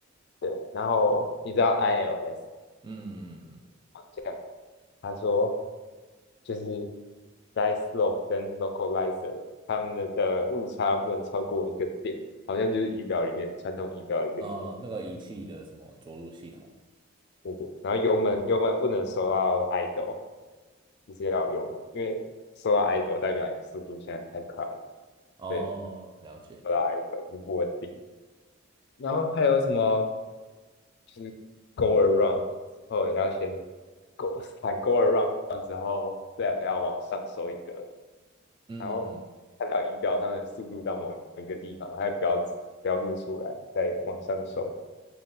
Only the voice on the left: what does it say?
对，然后你知道 ILS
这样，他说就是 dice slope 跟 localizer 他们的的误差不能超过一个点，好像就是仪表里面传统仪表一个点，
对不对。然后油门油门不能收到
idle，就是要有油门，因为收到 idle 代表你速度现在太快了，
对，
收到 idle 就不稳定。然后还有什么就是 go around 之后要先 go 反 go around 之后 left 要往上收一个。
然后看到仪表上的速度到某一个地方，它会标标注出来，再往上收，